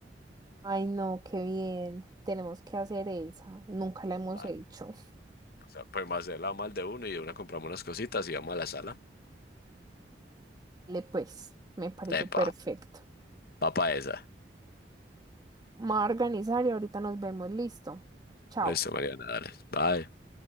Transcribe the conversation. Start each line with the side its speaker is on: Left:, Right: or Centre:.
Right: Ay, no, qué bien, tenemos que hacer esa, nunca la hemos
Left: Vale,
Right: hecho.
Left: o sea, podemos hacerla mal de uno y de una compramos unas cositas y vamos a la sala.
Right: Le pues, me parece
Left: Epa,
Right: perfecto.
Left: va pa' esa.
Right: Me voy a organizar y ahorita nos vemos, listo. Chao.
Left: Eso, Mariana, dale. Bye.